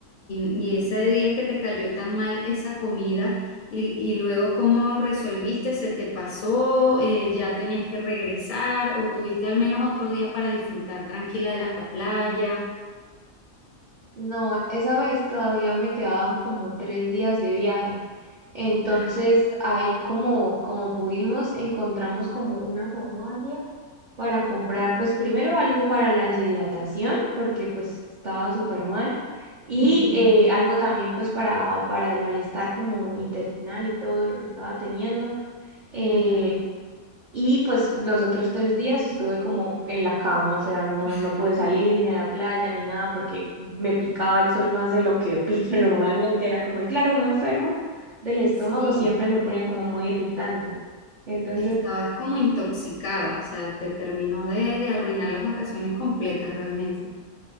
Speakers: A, on the left; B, on the right.
A: y, y, y ese día que te cayó tan mal esa comida, y, y luego cómo resolviste, ¿se te pasó? Eh, ¿ya tenías que regresar? ¿O tuviste al menos otro día para disfrutar tranquila de la playa?
B: No, esa vez todavía me quedaban como tres días de viaje. Entonces
A: <sighs>
B: ahí como, como pudimos, encontramos como una farmacia para comprar, pues primero algo para la deshidratación, porque pues estaba súper mal, y
A: Ujú,
B: eh, algo también pues para, para el malestar como intestinal y todo lo que estaba teniendo. eh,
A: Ya.
B: y pues los otros tres días estuve como en la cama, o sea, no,
A: <laughs>
B: no pude salir ni a la playa ni nada porque me picaba el sol más de lo que pica <laughs> normalmente. Era como, y claro, uno enfermo del estómago
A: Sí,
B: siempre se pone como muy irritante. Entonces,
A: estabas como intoxicada, o sea, te terminó de, de arruinar las vacaciones completas realmente.